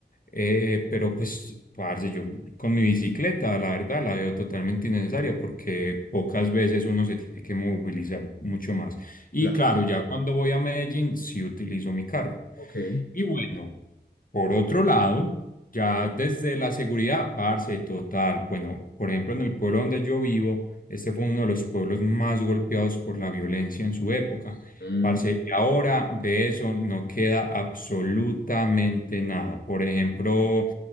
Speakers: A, on the left; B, on the left.
A: Eh, pero pues parce, yo con mi bicicleta la verdad la veo totalmente innecesaria porque pocas veces uno se tiene que movilizar mucho más. Y
B: Claro,
A: claro, ya cuando voy a Medellín sí utilizo mi carro.
B: ok.
A: Y bueno, por otro lado... Ya desde la seguridad, parce, total. Bueno, por ejemplo, en el pueblo donde yo vivo, este fue uno de los pueblos más golpeados por la violencia en su época.
B: Mm,
A: Parce, y ahora de eso no queda absolutamente nada. Por ejemplo,